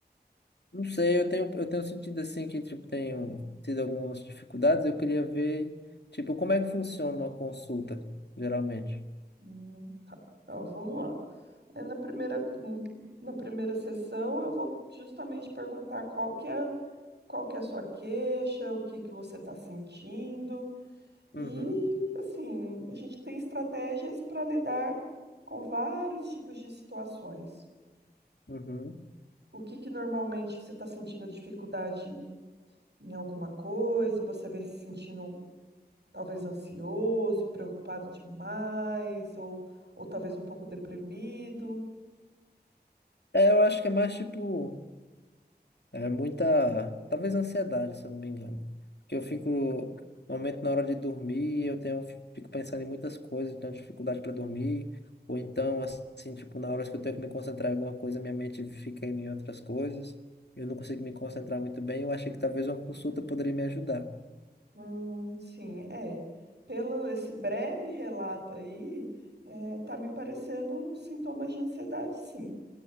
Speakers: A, on the left; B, on the right.
A: Não sei, eu tenho, eu tenho sentido assim que tipo tenho tido algumas dificuldades. Eu queria ver, tipo, como é que funciona uma consulta, geralmente.
B: Hum. Então, vamos lá. É, na primeira, hum, na primeira sessão, eu vou justamente perguntar qual que é, qual que é a sua queixa, o que que você está sentindo. E,
A: Uhum,
B: assim, a gente tem estratégias para lidar com vários tipos de situações.
A: uhum.
B: O que que normalmente você está sentindo dificuldade em alguma coisa? Você vem se sentindo talvez ansioso, preocupado demais, ou, ou talvez um pouco deprimido.
A: É, eu acho que é mais tipo É muita, talvez ansiedade, se eu não me engano. Porque eu fico, normalmente na hora de dormir, eu tenho, fico pensando em muitas coisas, tenho dificuldade para dormir, ou então, assim, tipo, na hora que eu tenho que me concentrar em alguma coisa, minha mente fica indo em outras coisas, eu não consigo me concentrar muito bem, eu achei que talvez uma consulta poderia me ajudar.
B: Hum, sim, é. Pelo esse breve relato aí, é, tá me parecendo sintomas de ansiedade, sim.